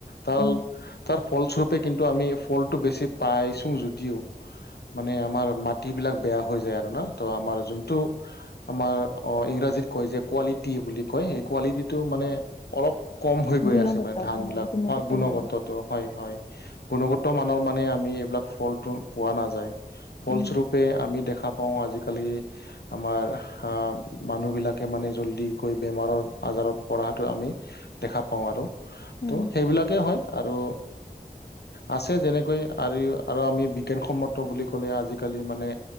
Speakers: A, on the left (about 80°); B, on the left (about 40°).
A: তাৰ
B: উম,
A: তাৰ। ফলস্বৰূপে কিন্তু আমি ফলটো বেছি পাইছোঁ যদিও মানে আমাৰ মাটিবিলাক বেয়া হৈ যায় আৰু না ত' আমাৰ যোনটো। আমাৰ অহ ইংৰাজীত কয় যে কোৱালিটি বুলি কয় এই কোৱালিটিটো মানে। অলপ কম হৈ গৈ
B: গুণগত
A: আছে মানে ধান
B: অ',
A: বিলাক হয় গুণগত।
B: মান।
A: ত হয় হয় গুণগত মানৰ মানে আমি এইবিলাক ফলটো পোৱা নাযায়।
B: উম।
A: ফলস্বৰূপে আমি দেখা পাওঁ আজিকালি আমাৰ হাহঁ মানুহবিলাক কে মানে জল্ডিকৈ বেমাৰৰ আজাৰত পৰাটো আমি দেখা পাওঁ আৰু ত'
B: উম,
A: সেইবিলাকেই হয় আৰু আছে যেনেকৈ আৰু আৰু আমি বিজ্ঞানসন্মত বুলি ক'লে আজিকালি মানে।